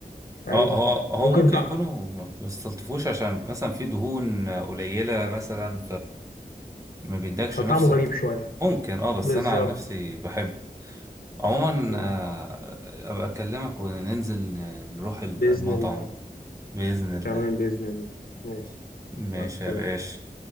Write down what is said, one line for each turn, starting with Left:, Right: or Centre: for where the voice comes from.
Left: فاهم
Right: اه هو هو
Left: ممكن
Right: ممكن
Left: طع...
Right: يكونوا ما بيستلطفوش عشان مثلا في دهون قليلة مثلا ما بيدكش
Left: فطعمه
Right: نفس
Left: غريب
Right: الت...
Left: شوية
Right: ممكن اه بس
Left: بالظبط
Right: انا عن نفسي بحبه عموما
Left: مم.
Right: آه، ابقى اكلمك وننزل ن- نروح المطعم
Left: بإذن الله
Right: ده بإذن الله
Left: تمام بإذن الله ماشي
Right: ماشي
Left: يلا سلام
Right: يا باشا